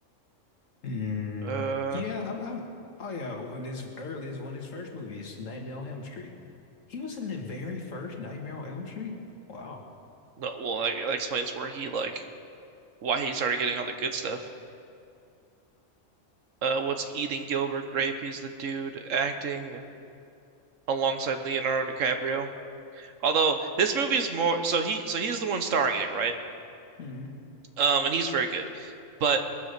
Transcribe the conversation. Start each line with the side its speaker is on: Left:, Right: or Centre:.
Left: Mm,
Right: uh,
Left: yeah, I'm, I'm. Oh yeah, when his earliest, one of his first movies, Nightmare on Elm Street. He was in the very first Nightmare on Elm Street. Wow.
Right: no. Well, that, that explains where he like why he started getting all the good stuff. Uh, what's eating Gilbert Grape? He's the dude acting alongside Leonardo DiCaprio. Although this movie is more so he so he's the one starring in it, right?
Left: hmm
Right: Um, and he's very good, but